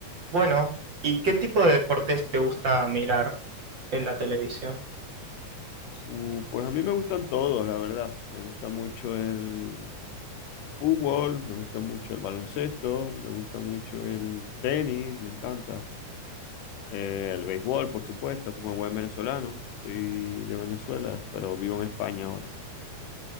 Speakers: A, on the right; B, on the left.
A: Bueno, ¿y qué tipo de deportes te gusta mirar en la televisión?
B: Uh, pues a mí me gustan todos, la verdad. Me gusta mucho el fútbol, me gusta mucho el baloncesto, me gusta mucho el tenis, me encanta. Eh, el béisbol, por supuesto, como buen venezolano. Soy de Venezuela, pero vivo en España ahora.